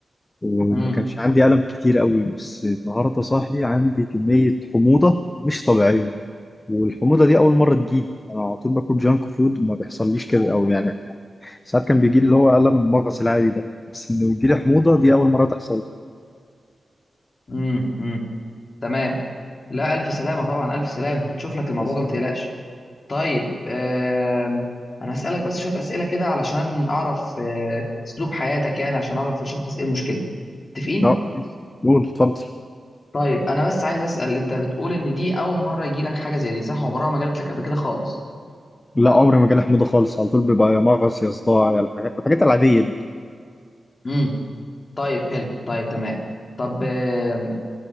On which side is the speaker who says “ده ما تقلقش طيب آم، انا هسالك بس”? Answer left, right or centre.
Left